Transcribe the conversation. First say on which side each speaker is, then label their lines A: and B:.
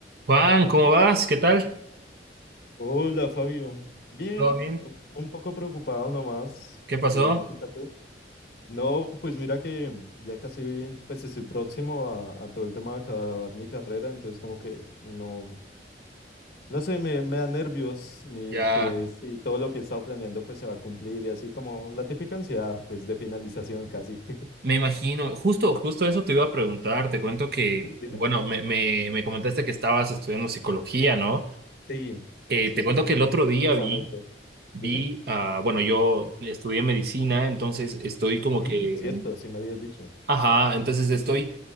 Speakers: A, on the right (about 60°); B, on the left (about 55°).
A: Juan, ¿cómo vas? ¿Qué tal?
B: Hola Fabio, bien,
A: ¿Todo bien?
B: un un poco preocupado nomás.
A: ¿Qué pasó?
B: ¿Y qué tal tú? No, pues mira que ya casi, pues estoy próximo a, a todo el tema de acabar mi carrera, entonces como que no, no sé, me, me da nervios mi,
A: Ya
B: que si todo lo que he estado planeando pues se va a cumplir y así como la típica ansiedad pues de finalización casi. <laughs>
A: me imagino, justo, justo eso te iba a preguntar, te cuento que,
B: Mm, Dime.
A: bueno, me, me, me comentaste que estabas estudiando psicología, ¿no?
B: Sí,
A: Eh,
B: sí,
A: te cuento
B: sí,
A: que el otro día
B: justamente.
A: vi, vi,
B: Dime.
A: ah, bueno, yo estudié medicina, entonces estoy como
B: Mm,
A: que
B: cierto, así me habías dicho.
A: Ajá, entonces estoy